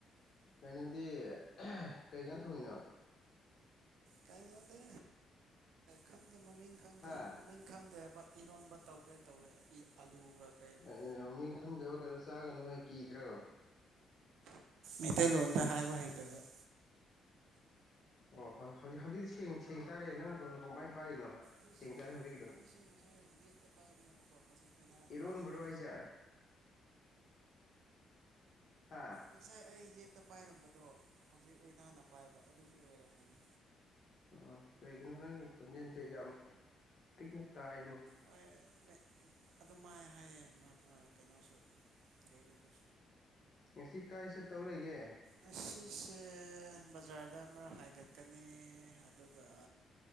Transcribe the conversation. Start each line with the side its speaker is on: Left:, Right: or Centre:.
Left: ꯀꯩꯅꯣꯗꯤ ꯀꯩ ꯏꯟꯖꯥꯡ ꯊꯣꯡꯉꯤꯅꯣ
Right: ꯀꯩꯉꯣꯗꯤ ꯈꯪꯗꯦ ꯃꯃꯤꯡ ꯈꯪꯗꯦ
Left: ꯍꯥ
Right: ꯃꯃꯤꯡ ꯈꯪꯗꯦ ꯍꯥꯏꯕ ꯏꯔꯣꯟꯕ ꯇꯧꯒꯦ ꯇꯧꯋꯦ ꯑꯂꯨꯒ ꯀꯩꯅꯣ
Left: ꯑꯗꯨꯅ ꯃꯃꯤꯡ ꯈꯪꯗꯕ ꯀꯩꯅꯣ ꯆꯥꯒꯅꯨ ꯍꯣꯏ ꯀꯤꯗ꯭ꯔꯣ
Right: ꯃꯩꯇꯩꯂꯣꯟꯗꯥ ꯍꯥꯏꯕ ꯍꯩꯇꯕ
Left: ꯑꯣ ꯍꯣꯏ ꯍꯧꯖꯤꯛ ꯍꯧꯖꯤꯛꯇꯤ ꯁꯦꯡ ꯁꯦꯡ ꯇꯥꯔꯦ ꯅꯪ ꯀꯃꯥꯏꯟ ꯄꯥꯏꯔꯤꯅꯣ
Right: ꯑꯩ
Left: ꯁꯦꯡ ꯇꯥꯔꯦ ꯍꯧꯖꯤꯛꯀꯤꯗꯣ
Right: ꯑꯩꯁꯦ ꯉꯁꯥꯏ ꯌꯦꯠꯇꯥ ꯄꯥꯏꯕꯅꯦꯕꯀꯣ ꯍꯧꯖꯤꯛ ꯑꯣꯏꯅꯥꯗ
Left: ꯏꯔꯣꯟꯕ꯭ꯔꯣ
Right: ꯄꯥꯏꯌꯦ
Left: ꯍꯥꯏꯁꯦ ꯍꯥꯥ
Right: ꯉꯁꯥꯏ ꯑꯩ ꯌꯦꯠꯇꯥ ꯄꯥꯏꯔꯝꯕꯗꯣ ꯍꯧꯖꯤꯛ ꯑꯣꯏꯅꯥꯅ ꯄꯥꯏꯕ ꯑꯗꯨꯒꯤ ꯑꯣꯏꯔꯝꯒꯅꯤ
Left: ꯑꯣ ꯀꯩꯒꯤꯅꯣ ꯅꯪꯒꯤ ꯈꯣꯟꯖꯦꯜꯁꯦ ꯌꯥꯝ ꯄꯤꯛ ꯄꯤꯛꯅ ꯇꯥꯏꯅꯦ
Right: ꯍꯣꯏ ꯑꯗꯨꯝꯃꯥꯏ ꯍꯥꯏꯌꯦ ꯀꯩꯅꯣꯁꯨ ꯒꯩꯔꯨꯗꯨꯁꯨ
Left: ꯉꯁꯤ ꯀꯥꯏ ꯆꯠꯇꯧ ꯂꯩꯒꯦ
Right: ꯉꯁꯤꯁꯦ ꯕꯖꯥꯔꯗ ꯑꯃꯥꯔꯛ ꯍꯥꯏꯒꯠꯀꯥꯅꯤ ꯑꯗꯨꯒꯥ